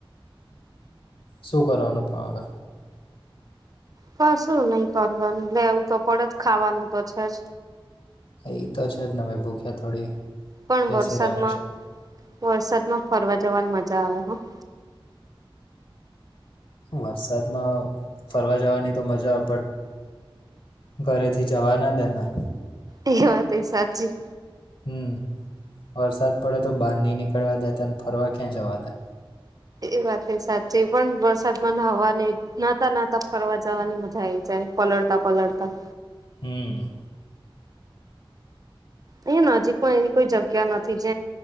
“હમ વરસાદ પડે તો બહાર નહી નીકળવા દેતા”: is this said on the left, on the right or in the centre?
Left